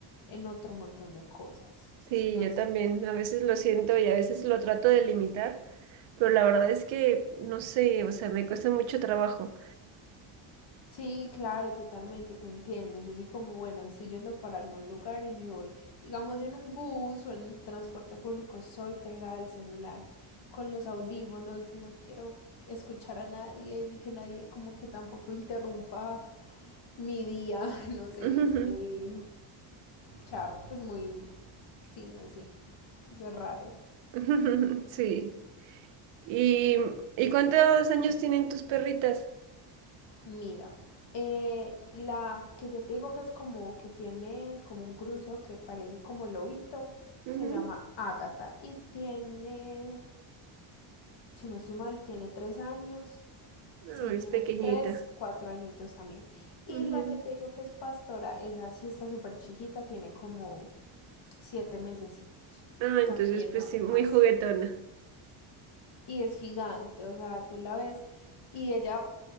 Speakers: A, on the left (about 50°); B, on the right (about 65°).
A: en otro montón de cosas.
B: Sí,
A: No
B: yo
A: sé.
B: también a veces lo siento y a veces lo trato de limitar, pero la verdad es que no sé, o sea, me cuesta mucho trabajo.
A: Sí, claro, totalmente, te entiendo. Yo sí como, bueno, estoy yendo para algún lugar y si voy, digamos, en un bus o en transporte público, soy pegada al celular, con los audífonos, no quiero escuchar a nadie, ni que nadie como que tampoco interrumpa mi día, <laughs> no sé,
B: Ujujú.
A: es muy char, pues muy, sí, no sé, eso es raro.
B: <laughs> Sí. ¿Y, y cuántos años tienen tus perritas?
A: Mira, eh, la que yo te digo que es como que tiene como un cruceo que parece como lobito,
B: Ujú.
A: se llama Ágata y tiene, si no estoy mal, tiene tres años.
B: No,
A: Sí,
B: es
A: tiene
B: pequeñita.
A: tres, cuatro añitos también. Y
B: Ujú.
A: la que te digo que es pastora, esa sí está súper chiquita, tiene como siete mesecitos,
B: Ah, entonces
A: también
B: pues
A: aún
B: sí, muy
A: más.
B: juguetona.
A: Y es gigante, o sea, tú la ves y ella